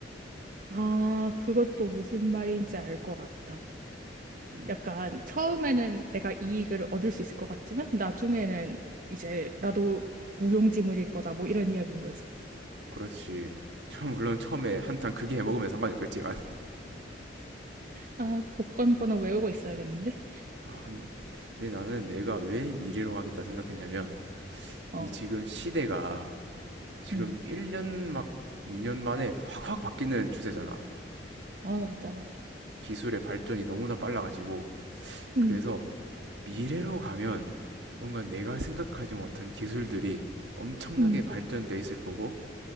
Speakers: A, on the right; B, on the right.
A: 아, 그것도 무슨 말인지 알 것 같다.
B: 음,
A: 약간 처음에는 내가 이익을 얻을 수 있을 것 같지만 나중에는 이제 나도 무용지물일 거다. 뭐 이런 이야기인 거지.
B: 그렇지. 처음 물론 처음에 한탕 크게 해먹으면 상관이 없겠지만.
A: 아, 복권 번호 외우고 있어야겠는데?
B: 아, 근데 나는 내가 왜 미래로 가겠다 생각했냐면
A: 어,
B: 이 지금 시대가 지금
A: 음.
B: 1년 막 2년 만에 확확 바뀌는 추세잖아.
A: 아, 맞아, 맞아.
B: 기술의 발전이 너무나 빨라가지고.
A: 음,
B: 그래서 미래로 가면 뭔가 내가 생각하지 못한 기술들이 엄청나게
A: 음,
B: 발전돼 있을 거고,